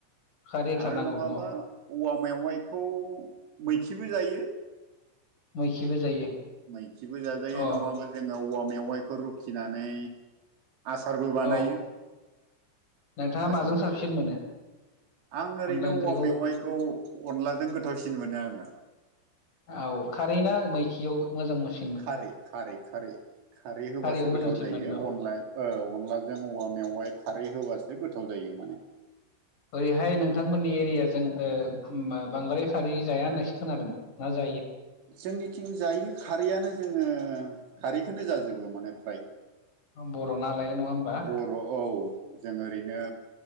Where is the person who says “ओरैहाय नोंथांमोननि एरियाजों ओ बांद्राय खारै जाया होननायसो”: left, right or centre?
Left